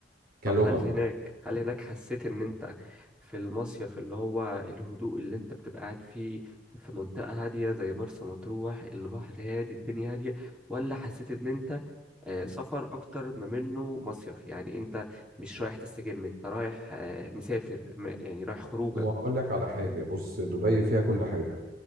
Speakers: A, on the right; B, in the centre.
A: كلغة
B: طب هل هناك هل هناك حسيت ان انت في المصيف اللي هو الهدوء اللي انت بتبقى قاعد فيه في منطقة هادية زي مرسى مطروح البحر هادي الدنيا هادية ولا حسيت ان انت آه، سفر اكتر ما منه مصيف يعني انت مش رايح تستجم انت رايح آه، مسافر م- يعني رايح خروجه
A: وهقول لك على حاجة بص دبي فيها كل حاجة